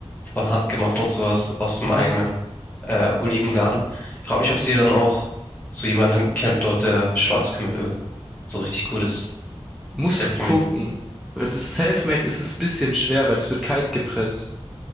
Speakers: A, on the left; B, in the centre.
A: von Hand gemacht und sowas aus dem
B: Mhm.
A: eigenen äh, Olivengarten. Ich frage mich, ob sie dann auch so jemanden kennt dort, der Schwarzkümmelöl so richtig gut ist.
B: Musst
A: Selfmade.
B: du gucken. Weil das Selfmade ist es ein bisschen schwer, weil das wird kalt gepresst.